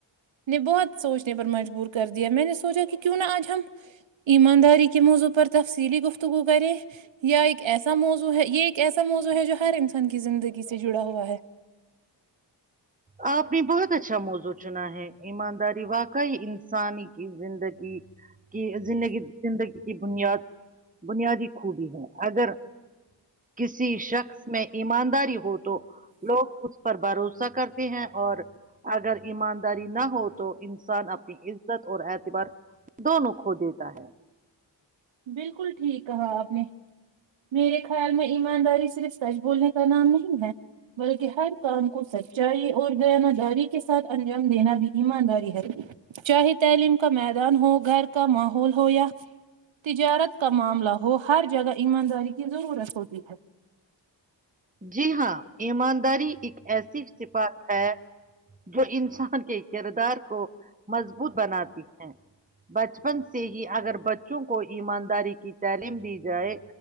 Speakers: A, on the right; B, on the right.
A: نے بہت سوچنے پر مجبور کر دیا میں نے سوچا کہ کیوں نہا آج ہم ایمانداری کے موضوع پر تفصیلی گفتگو کریں یا ایک ایسا موضوع ہے یہ ایک ایسا موضوع ہے جو ہر انسان کی زندگی سے جڑا ہوا ہے
B: آپ نے بہت اچھا موزو چنا ہے ایمانداری واقعی انسانی زندگی کی زندگی زندگی کی بنیاد بنیادی خوبی ہیں اگر کسی شخص میں ایمانداری ہو تو لوگ اس پر بھروسہ کرتے ہیں اور اگر ایمانداری نہ ہو تو انسان اپنی عزت اور اعتبار دونوں کھو دیتا ہے
A: بالکل ٹھیک کہا آپ نے میرے خیال میں ایمانداری صرف سچ بولنے کا نام نہیں ہے بلکہ ہر کام کو سچائی اور بیانہ داری کے ساتھ انجام دینا بھی ایمانداری ہے چاہے تعلیم کا میدان ہو گھر کا ماحول ہو یا تجارت کا معاملہ ہو ہر جگہ ایمانداری کی ضرورت ہوتی ہے
B: جی ہاں ایمانداری ایک ایسی سفات ہے جو انسان کے کردار کو مضبوط بناتی ہیں بچپن سے ہی اگر بچوں کو ایمانداری کی تعلیم دی جائے